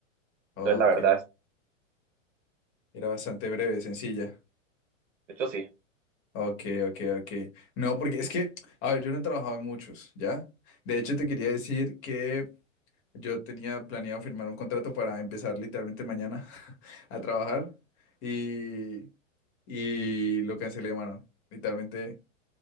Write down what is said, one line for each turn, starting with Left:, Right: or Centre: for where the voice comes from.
Left: Ok,
Right: Entonces, la verdad,
Left: era bastante breve, sencilla.
Right: esto sí.
Left: Ok, ok, ok. No, porque es que, a ver, yo no he trabajado en muchos, ¿ya? De hecho, te quería decir que yo tenía planeado firmar un contrato para empezar literalmente mañana <laughs> a trabajar y, y lo cancelé, mano. Literalmente.